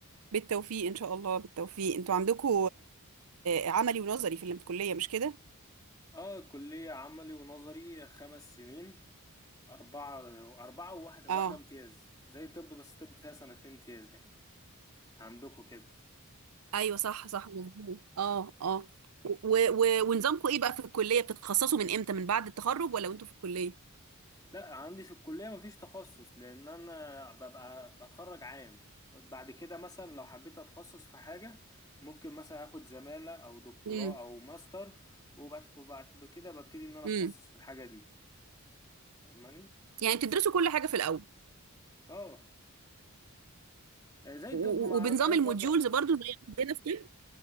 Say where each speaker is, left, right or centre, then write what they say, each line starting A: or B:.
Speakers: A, on the right; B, on the left.
A: بالتوفيق ان شاء الله بالتوفيق انتوا عندكم عملي ونظري في الكليه مش كده
B: اه كلية عملي ونظري خمس سنين أربعة أربعة وواحدة
A: اه
B: واحدة امتياز زي طب بس طب فيها سنتين امتياز يعني عندكم كده
A: ايوه صح صح مظبوط اه اه و و ونظامكم ايه بقى في الكليه بتتخصصوا من امتى من بعد التخرج ولا وانتوا في الكليه
B: لا عندي في الكلية مفيش تخصص لأن أنا ببقى بتخرج عام بعد كده مثلا لو حبيت أتخصص في حاجة ممكن مثلا أخد زمالة أو دكتوراه
A: امم
B: أو ماستر وبعد, وبعد كده ببتدي إن أنا أتخصص
A: امم
B: في الحاجة دي فاهماني؟
A: يعني بتدرسوا كل حاجه في الاول
B: اه زي
A: و-
B: الطب
A: و-
B: مع
A: وبنظام
B: حضرتك
A: الموديولز
B: برضو
A: برضو زي عندنا في طب